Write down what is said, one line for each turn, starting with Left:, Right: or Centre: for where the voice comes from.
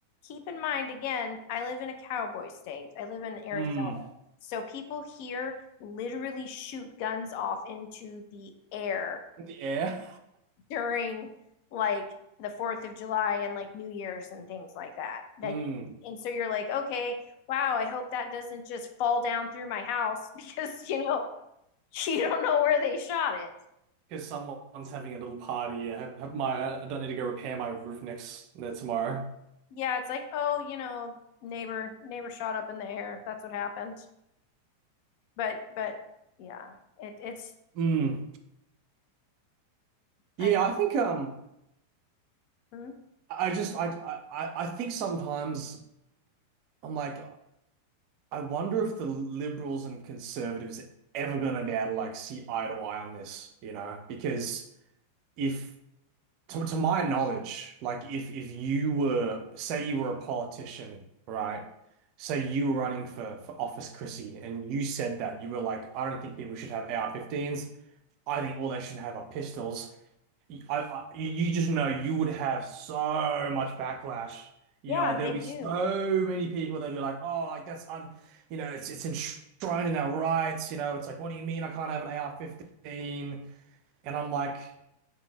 Left: keep in mind again, I live in a cowboy state. I live in Arizona.
Right: mm,
Left: So people here literally shoot guns off into the air
Right: yeah,
Left: during like the 4th of July and like New Year's and things like that.
Right: <laughs>
Left: Like
Right: mm,
Left: and so you're like, "Okay, wow, I hope that doesn't just fall down through my house <laughs> because, you know, <laughs> you don't know where they shot it."
Right: because someone's having a little party. Yeah, have, have my I don't need to go repair my roof next no, tomorrow.
Left: Yeah, it's like, "Oh, you know, neighbor neighbor shot up in the air. That's what happened." But but yeah, it it's
Right: Mm. Yeah,
Left: I don't.
Right: I think um
Left: Hmm?
Right: I just I I I I think sometimes I'm like I wonder if the liberals and conservatives are ever going to be able to like see eye to eye on this, you know? Because if, to, to my knowledge, like if if you were, say you were a politician, right? Say you were running for for office, Chrissy, and you said that you were like, I don't think people should have AR-15s. I think all they should have are pistols. I, I, you just know you would have so much backlash. You
Left: Yeah,
Right: know, like there'll
Left: they
Right: be
Left: do.
Right: so many people that'll be like, "Oh, like that's un, you know, it's it's enshrined in our rights." You know, it's like, "What do you mean I can't have an ar fifteen?" And I'm like,